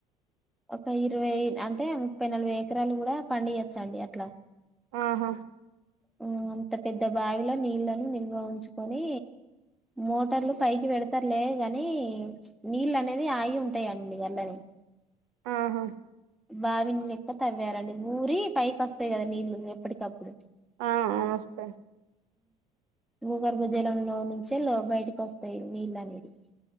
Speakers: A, in the centre; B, on the right.
A: ఒక ఇరవై అంటే ముప్పై నలభై ఎకరాలు కూడా పండియచ్చండి అట్ల
B: ఆహా
A: హు అంత పెద్ద బావిలో నీళ్లను నిల్వ ఉంచుకొని, మోటార్లు పైకి పెడతారులే గాని, నీళ్ళు అనేది ఆగి ఉంటాయండి అళ్లనే
B: ఆహా
A: బావిని లెక్క తవ్వారండి ఊరి పైకి వస్తాయి కదా, నీళ్ళు ఎప్పటికప్పుడు.
B: ఆ వస్తయ్
A: భూగర్భ జలంలో నుంచే బయటకి వస్తాయి నీళ్ళు అనేది